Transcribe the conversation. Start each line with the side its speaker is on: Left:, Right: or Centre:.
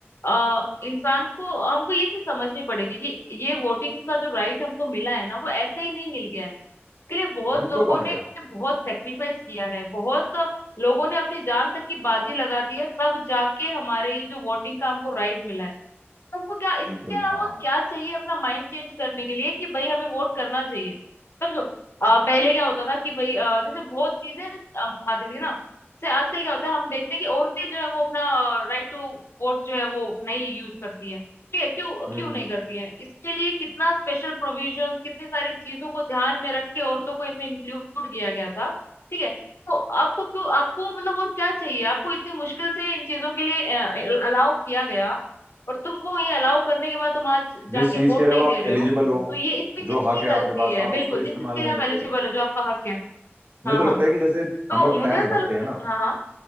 Left: अ इंसान को हमको ये चीज समझनी पड़ेगी कि ये वोटिंग का जो राइट हमको मिला है ना वो ऐसे ही नहीं मिल गया है इसके लिए बहुत
Right: बिल्कुल
Left: लोगों
Right: और
Left: ने
Right: क्या
Left: बहुत सेक्रीफाइस किया है बहुत लोगों ने अपनी जान तक की बाजी लगा दी है तब जाके हमारे ये जो वोटिंग का हमको राइट मिला है हमको क्या इसके
Right: बिल्कुल
Left: अलावा
Right: हाँ
Left: और क्या चाहिए अपना माइंड चेंज करने के लिए कि भाई हमें वोट करना चाहिए समझो अ, पहले क्या होता था कि भाई अ, जैसे बहुत चीजें अम, आती थी ना जैसे आजकल क्या होता है हम देखते हैं कि औरतें जो है वो अपना राइट टू वोट जो है वो नहीं यूज करती है ठीक है क्यों
Right: हम्म
Left: क्यों नहीं करती है इसके लिए कितना स्पेशल प्रोविजन कितनी सारी चीजों को ध्यान में रख के औरतों को इनमें इंक्लूड किया गया था ठीक है तो आपको क्यों आपको मतलब और क्या चाहिए आपको इतनी मुश्किल से इन चीजों के लिए अलाउ किया गया और तुमको ये अलाउ करने के बाद तुम आज
Right: जिस
Left: जाके
Right: चीज
Left: वोट
Right: के लिए
Left: नहीं
Right: अब आप
Left: दे रहे
Right: एलिजिबल
Left: हो
Right: हो
Left: तो ये इसमें किसकी
Right: जो हक है
Left: गलती
Right: आपके पास
Left: है
Right: आप
Left: बिल्कुल
Right: उसको इस्तेमाल
Left: जिस चीज के
Right: नहीं
Left: लिए आप
Right: करते
Left: एलिजिबल
Right: हो
Left: हो जो आपका हक है
Right: मुझे
Left: हाँ
Right: तो
Left: हाँ
Right: लगता है कि जैसे
Left: तो
Right: हम लोग
Left: मुझे
Right: टैक्स
Left: ऐसा
Right: भरते
Left: लगता
Right: हैं ना
Left: है कि- हाँ हाँ